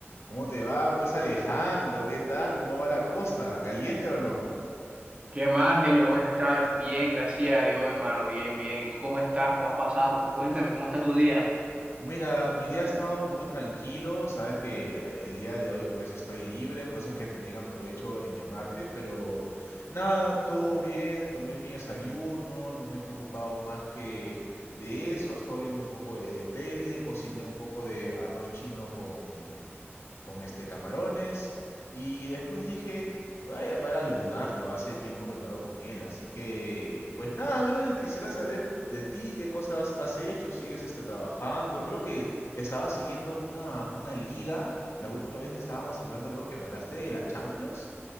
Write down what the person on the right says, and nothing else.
¿Qué más, Delio? ¿Cómo estás? Bien, gracias a Dios, hermano. Bien, bien. ¿Y tú cómo estás? ¿Cómo has pasado? ¿Cómo- Cuéntame, ¿cómo está tu día?